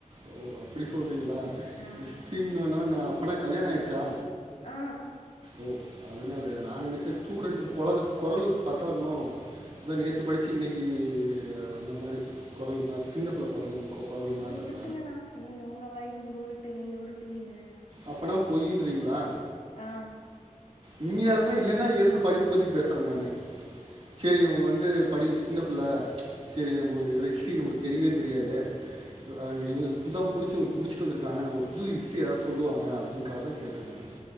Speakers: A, on the right; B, on the left.
A: ஓ அப்டி சொல்றீங்களா
B: ஆ,
A: ஹிஸ்டரினுன்னா நான் அப்பனா கல்யாணம் ஆயிடுச்சா
B: ஆ
A: ஓ அதனாலயா நான் நினைச்சேன் ஸ்டூடெண்ட் கொரலு கொரலுக்கு பத்தாதுமோ அதான் நேற்று படிச்சு இன்னிக்கி அந்த மாரி குரல் மாரி சின்னப்பிள்ளை கொழந்த குரல்
B: நீங்க
A: மாரி இருக்கு
B: உருட்டுங்கண்ணா நீங்க உங்க வாய் உங்க உருட்டு நீங்க உருட்டுவீங்க
A: அப்பனா பொயின்றீங்களா
B: ஆ
A: உண்மையாலுமே இல்லன்னா எதுக்கு படிப்பு பற்றி பேசுறேன் நானு சேரி அவங்க வந்து படி சின்ன பிள்ள செரி நம்மளுக்கு ஹிஸ்ட்ரி நம்மளுக்கு தெரியவே தெரியாதே ஆ இவங்க இப்பதா புடிச்சுட்டு முடிச்சிட்டு வந்துருக்காங்க நமக்கு புது ஹிஸ்ட்ரி ஏதாது சொல்லுவாங்க அப்டிங்காத தான் கேட்டேன் நான்